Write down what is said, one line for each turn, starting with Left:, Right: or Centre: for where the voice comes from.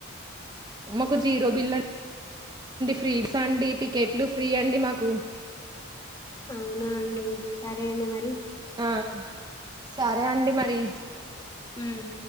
Right: మాకు జీరో బిల్ ఫ్రీస్ అండి టికెట్లు ఫ్రీ అండి మాకు
Left: అవునా అండి సరే అండి మరి
Right: ఆ సరే అండి మరి
Left: ఉమ్